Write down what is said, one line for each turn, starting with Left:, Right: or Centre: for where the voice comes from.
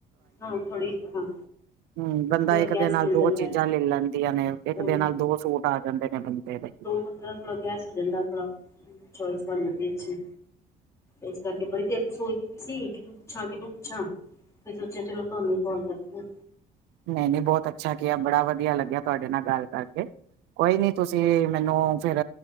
Left: ਹਾਂ -ਥੋੜੀ -ਹਾਂ।
Right: ਹਮਹੁ ਬੰਦਾ
Left: ਥੋੜਾ
Right: ਇੱਕ
Left: ਗੈਸ
Right: ਦੇ ਨਾਲ,
Left: ਮਿਲ
Right: ਦੋ
Left: ਜਾਂਦਾ
Right: ਚੀਜ਼ਾਂ
Left: ਹੈ
Right: ਲੈ ਲੈਂਦੀਆਂ ਨੇ ਇੱਕ
Left: ਉਹ
Right: ਦਿ ਆ, ਦੋ ਸੂਟ ਆ ਜਾਂਦੇ ਨੇ ਬੰਦੇ ਦ?
Left: ਥੋੜਾ ਥੋੜਾ ਗੇਸ ਹੋ ਜਾਂਦਾ ਥੋੜਾ, ਚੋਇਸ ਬਣ ਜਾਂਦੀ ਅੱਛੀ। ਇਸ ਕਰਕੇ ਬੜੀ ਦੇਰ ਦੀ ਸੋਚਦੀ ਵੀ ਸੀ, ਤਾਂ ਕਿ ਪੁੱਛਾਂ ਕਿਹਨੂੰ ਪੁੱਛਾਂ? ਤੇ ਸੋਚਿਆ ਚਲੋ, ਤੁਹਾਨੂੰ ਕੌਲ ਕਰਦੀ ਆਂ।
Right: ਨਹੀਂ-ਨਹੀਂ ਬਹੁਤ ਅੱਛਾ ਕੀਆ, ਬੜਾ ਵਧੀਆ ਲੱਗਿਆ, ਤੁਹਾਡੇ ਨਾਲ ਗੱਲ ਨਾਸ਼ਤਾ ਕਰ ਕੇ, ਕੋਈ ਨੀ ਤੁਸੀਂ ਮੈਨੂੰ ਫੇਰ